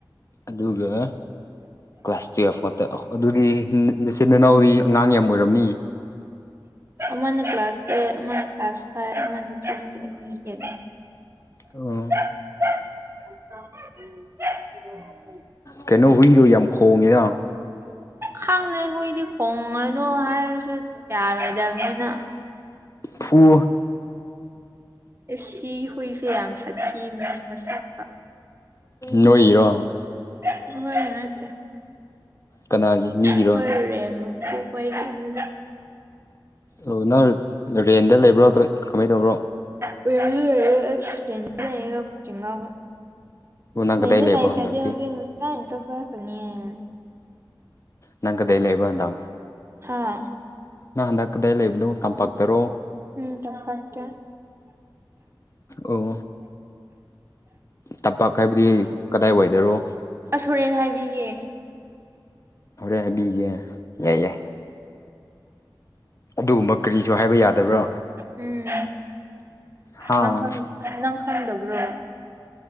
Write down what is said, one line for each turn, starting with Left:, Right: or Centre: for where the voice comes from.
Left: ꯑꯗꯨꯒ ꯀ꯭ꯂꯥꯁ ꯇꯨꯌꯦꯜꯐꯉꯥꯛꯇ ꯑꯗꯨꯗꯤ ꯅꯆꯤꯟ ꯅꯅꯥꯎꯗꯤ ꯑꯉꯥꯡ ꯌꯥꯝ ꯑꯣꯏꯔꯝꯅꯤ
Right: ꯑꯃꯅꯥ ꯀ꯭ꯂꯥꯁ ꯑꯦꯠ ꯑꯃꯅꯥ ꯀ꯭ꯂꯥꯁ ꯐꯥꯏꯚ ꯑꯃꯅ ꯆꯍꯤ ꯑꯅꯤ ꯍꯦꯜꯂꯦ
Left: ꯑꯣ
Right: <unintelligible>
Left: ꯀꯩꯅꯣ ꯍꯨꯏꯔꯣ ꯌꯥꯝ ꯈꯣꯡꯉꯤꯗ
Right: ꯈꯪꯗꯦ ꯍꯨꯏꯗꯤ ꯈꯣꯡꯉꯅꯨ ꯍꯥꯏꯔꯁꯨ ꯌꯥꯔꯣꯏꯗꯝꯅꯤꯅ
Left: ꯐꯨ
Right: ꯑꯦ ꯁꯤ ꯍꯨꯏꯁꯦ ꯌꯥꯝ ꯁꯥꯊꯤꯕꯅꯦ ꯃꯁꯛ
Left: ꯅꯣꯏꯒꯤꯔꯣ
Right: ꯑꯩꯈꯣꯏꯒꯤ ꯅꯠꯇꯦ
Left: ꯀꯅꯥꯒꯤ ꯃꯤꯒꯤ
Right: ꯑꯩꯈꯣꯏ ꯔꯦꯟ ꯃꯄꯨ ꯈꯣꯏꯒꯤꯅꯤꯗ
Left: ꯑꯣ ꯅꯪ ꯔꯦꯟꯗ ꯂꯩꯕ꯭ꯔꯣ ꯀꯔꯤ ꯀꯃꯥꯏ ꯇꯧꯕ꯭ꯔꯣ
Right: <unintelligible>
Left: ꯑꯣ ꯅꯪ
Right: ꯔꯦꯟꯗ
Left: ꯀꯗꯥꯏ ꯂꯩꯕ
Right: ꯂꯩꯇꯔꯗꯤ
Left: ꯍꯟꯗꯛꯇꯤ
Right: ꯉꯁꯥꯏꯟ ꯆꯥꯛꯆꯥꯈ꯭ꯔꯅꯤꯌꯦ
Left: ꯅꯪ ꯀꯗꯥꯏ ꯂꯩꯕ ꯑꯗꯣ
Right: ꯍꯥꯥ
Left: ꯅꯪ ꯍꯟꯗꯛ ꯀꯗꯥꯏ ꯂꯩꯕꯅꯣ ꯇꯝꯄꯥꯛꯇꯔꯣ
Right: ꯎꯝ ꯇꯝꯄꯥꯛꯇꯥ
Left: ꯑꯣ ꯇꯝꯄꯥꯛ ꯍꯥꯏꯕꯗꯤ ꯀꯗꯥꯏ ꯋꯥꯏꯗꯔꯣ
Right: ꯑꯁ ꯍꯣꯔꯦꯟ ꯍꯥꯏꯕꯤꯒꯦ
Left: ꯍꯣꯔꯦꯟ ꯍꯥꯏꯕꯤꯒꯦ ꯌꯥꯏ ꯌꯥꯏ ꯑꯗꯨꯒꯨꯝꯕ ꯀꯔꯤꯁꯨ ꯍꯥꯏꯕ ꯌꯥꯗꯕ꯭ꯔꯣ
Right: ꯎꯝ
Left: ꯍꯥꯥ
Right: ꯅꯪ ꯈꯪ ꯅꯪ ꯈꯪꯗꯕ꯭ꯔꯣ